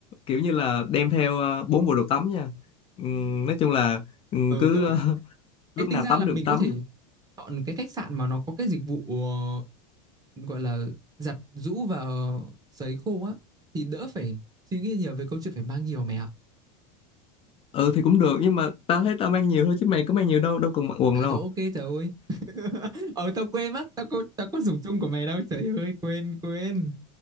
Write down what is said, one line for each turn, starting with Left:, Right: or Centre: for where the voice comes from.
Left: kiểu như là đem theo ờ, bốn bộ đồ tắm nha Ừm, nói chung là ừm,
Right: Ừ
Left: cứ
Right: rồi.
Left: ờ, <laughs>
Right: Ê,
Left: lúc
Right: tính
Left: nào
Right: ra
Left: tắm
Right: là mình
Left: được tắm
Right: có thể chọn cái khách sạn mà nó có cái dịch vụ ờ, gọi là giặt giũ và ờ, sấy khô á thì đỡ phải suy nghĩ nhiều về câu chuyện phải mang nhiều mày ạ.
Left: ừ thì cũng được nhưng mà tao thấy tao mang nhiều thôi chứ mày có mang nhiều đâu đâu cần mặc quần
Right: À
Left: đâu
Right: rồi ok trời ơi. <laughs> Ờ tao quên mất, tao có tao có dùng chung của mày đâu. Trời ơi quên quên.